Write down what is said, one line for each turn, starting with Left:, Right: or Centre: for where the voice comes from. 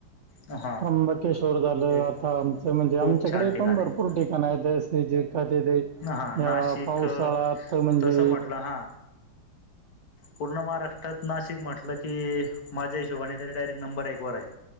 Left: हा.
Right: त्र्यंबकेश्वर झालं
Left: एक
Right: आता आमचं म्हणजे
Left: खूप
Right: आमच्याकडे
Left: छान ठिकाण
Right: पण भरपूर
Left: आहे
Right: ठिकाण आहेत जसे जे का तिथे,
Left: हा नाशिक
Right: या पावसाळ्यात म्हणजे
Left: तसं म्हटलं हा. पूर्ण महाराष्ट्रात नाशिक म्हटलं की माझ्या हिशोबाने तरी डायरेक्ट नंबर एक वर आहे.